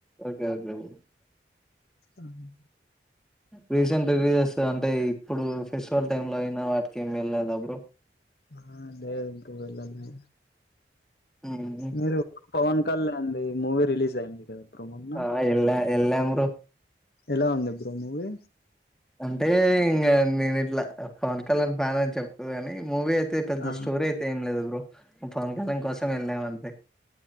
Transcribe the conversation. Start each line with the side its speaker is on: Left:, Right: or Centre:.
Centre: ఓకే ఓకే బ్రో
Left: ఆహా
Centre: రీసెంట్ రిలీజ్సే అంటే ఇప్పుడు ఫెస్టివల్ టైమ్ లో అయిన వాటికి ఏం వెళ్లేదా బ్రో.
Left: ఆ లేదు బ్రో వెళ్ళలే
Centre: ఉమ్
Left: మీరు పవన్ కళ్యాణ్ ది మూవీ రిలీజ్ అయింది కదా బ్రో మొన్న
Centre: ఆ ఎళ్లా ఎల్లాం బ్రో.
Left: ఎలా వుంది బ్రో మూవీ.
Centre: అంటే ఇంగా మేము ఇట్లా పవన్ కళ్యాణ్ ఫ్యాన్ అని చెప్పొద్దు కాని. మూవీ అయితే పెద్ద
Left: ఆ
Centre: స్టోరీ అయితే ఏం లేదు బ్రో పవన్ కళ్యాణ్ కోసం వెళ్ళాం అంతే.